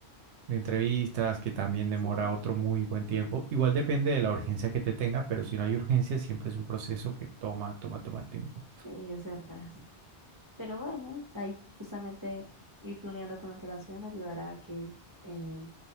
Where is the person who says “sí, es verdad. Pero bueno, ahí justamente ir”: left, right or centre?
Right